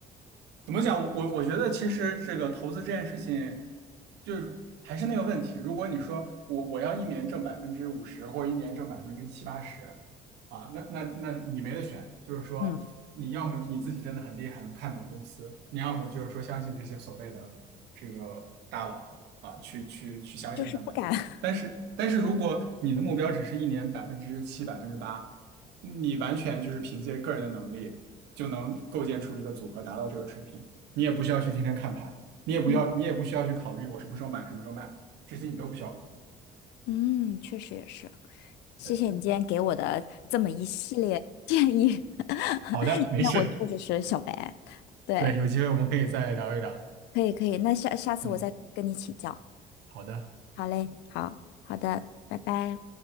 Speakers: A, on the right; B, on the left.
A: 怎么讲？我我觉得其实这个投资这件事情，就是还是那个问题。如果你说我我要一年挣百分之五十，或者一年挣百分之七八十，啊，那那那你没得选。就是说，
B: 嗯
A: 你要么你自己真的很厉害，能看懂公司；你要么就是说相信这些所谓的这个大佬啊，去去去相信他们。
B: 就是不敢。<laughs>
A: 但是但是如果你的目标只是一年百分之七、百分之八。你完全就是凭借个人的能力就能构建出一个组合，达到这个水平。你也不需要去天天看盘，你也不要，
B: 嗯，
A: 你也不需要去考虑我什么时候买，什么时候卖，这些你都不需要考虑。
B: 嗯，确实也是。谢谢你今天给我的这么一系列建议，
A: 对，
B: <laughs>
A: 好的，没事。
B: 那我确实是小白。对，
A: 对，有机会我们可以再聊一聊。
B: 可以可以，那下下次我再跟你请教。
A: 嗯，好的。
B: 好嘞，好好的，拜拜。